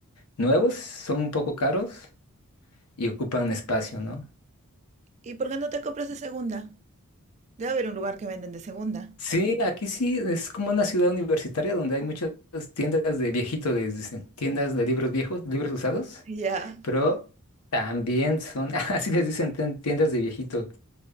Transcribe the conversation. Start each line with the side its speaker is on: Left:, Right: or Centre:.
Left: nuevos son un poco caros y ocupan espacio, ¿no?
Right: ¿Y por qué no te compras de segunda? Debe haber un lugar que venden de segunda.
Left: Sí, aquí sí es como una ciudad universitaria donde hay muchas tiendas de viejitos, les dicen, tiendas de libros viejos, libros usados,
Right: Ya,
Left: pero también son, <laughs> así les dicen, tien- tiendas de viejito,